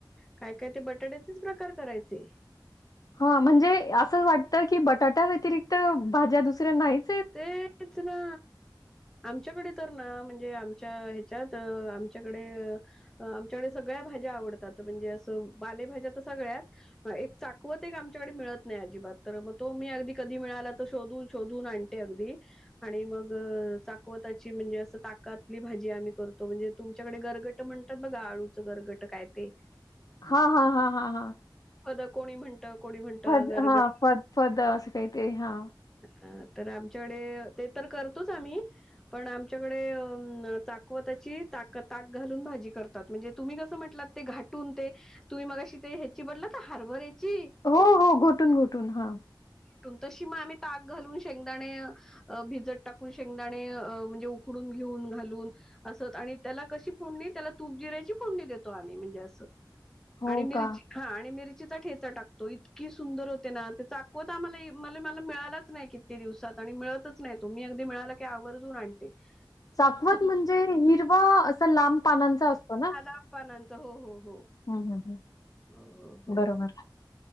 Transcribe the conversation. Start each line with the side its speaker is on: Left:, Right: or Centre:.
Centre: काय काय ते बटाट्याचेच प्रकार करायचे.
Left: हा म्हणजे असं वाटतं की बटाट्या व्यतिरिक्त भाज्या दुसऱ्या नाही चेत.
Centre: तेच ना आमच्याकडे तर ना म्हणजे आमच्या ह्याच्यात आमच्याकडे आमच्याकडे सगळ्या भाज्या आवडतात म्हणजे असं पालेभाज्या तर सगळ्याच एक चाकवत एक आमच्याकडे मिळत नाही अजिबात तर मग तो मी अगदी कधी मिळाला तर शोधून शोधून आणते. अगदि आणि मग चाकवताची म्हणजे असं ताकातली भाजी आम्ही करतो म्हणजे तुमच्याकडे गरगटं म्हणतात बघा आळूचं गरगट काय ते
Left: हा हा हा हा हा
Centre: फद कोणी म्हणत कोणी म्हणतं
Left: फद
Centre: गरगट
Left: हा फद फद असं काहीतरी हा
Centre: अ तर आमच्याकडे ते तर करतोच आम्ही पण आमच्याकडे अ न चाकवताची ताक ताक घालून भाजी करत म्हणजे तुम्ही कसं म्हटलात ते घाटून ते तुम्ही मगाशी ते ह्याची म्हणलात हारभराची याची
Left: हो हो घुटून घुटून हा
Centre: त तशी आम्ही ताक घालून शेंगदाणे अ अ भिजत टाकून शेंगदाणे म्हणजे उकडून घेऊन घालून असं आणि त्याला कशी फोडणी त्याला तूप जिरायाची फोडणी देतो आम्ही म्हणजे असं
Left: हो
Centre: आणि मिरची
Left: का.
Centre: हा आणि मिरचीचा ठेचा टाकतो इतकी सुंदर होते ना ते चाकवत आम्हाला मला मिळाल मिळतच किती दिवसात आणि मिळतच नाही तो अगदी मिळाला की आवर्जून आणते.
Left: चाकवत
Centre: तुम
Left: म्हणजे हिरवा असं लांब पानांचा असतो ना?
Centre: लाब पानाच हो हो हो
Left: हम्म हम्म
Centre: हो हो हो.
Left: बरोबर